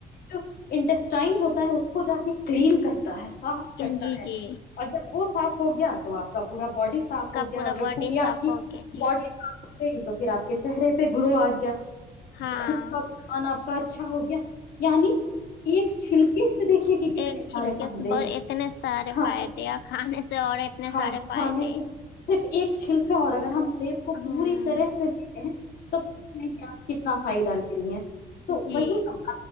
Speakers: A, on the left (about 60°); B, on the left (about 75°).
A: جو انٹسٹائن ہوتا ہے اس کو جا کے کلین کر تا ہے صاف کرتا
B: جی
A: ہے
B: جی
A: اور جب وہ صاف ہو گیا تو آپ کا پورا باڈی صاف
B: کا
A: ہو گیا
B: پورا
A: اور جب
B: باڈی
A: پوریا
B: صاف
A: ج
B: ہو گیا جی
A: <inaudible> گ تو پھر آپ کے چہرے پہ گلو آ گیا
B: ہاں
A: خون کا سان آپ کا اچھا ہو گیا یعنی ایک چھلکے سے دیکھیے کہ کتنے
B: ایک
A: سارے
B: چھلکے
A: فائدے
B: سے ب
A: ہیں
B: اتنے سارے
A: ہاں
B: فائدے کھانے سے اور اتنے
A: ہاں
B: سارے فائدے
A: کھانے سے صرف ایک چھلکے اگر ہم سیب کو پوری
B: ہوں
A: طرح سے لیتے ہیں توب سیب میں کیا کتنا فائدہ لے رہی ہیں تو
B: جی
A: وہی ن